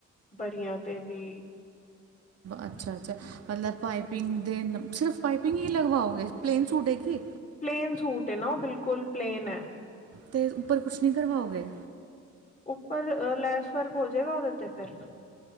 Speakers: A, on the left; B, on the right.
A: ਪਰੀਆਂ ਤੇ ਵੀ
B: ਅੱਛਾ-ਅੱਛਾ ਮਤਲਬ ਪਾਈਪਿੰਗ ਦੇ ਸਿਰਫ ਪਾਈਪਿੰਗ ਹੀ ਲਗਵਾਓਗੇ ਪਲੇਨ ਸੂਟ ਏ ਕੀ
A: ਪਲੇਨ ਸੂਟ ਐ ਓ ਬਿਲਕੁਲ ਪਲੇਨ ਐ।
B: ਤੇ ਉੱਪਰ ਕੁਛ ਨਈ ਕਰਵਾਓਗੇ।
A: ਉੱਪਰ ਲੈਸ ਵਰਕ ਹੋ ਜਾਏਗਾ ਉਦੇ ਤੇ ਫਿਰ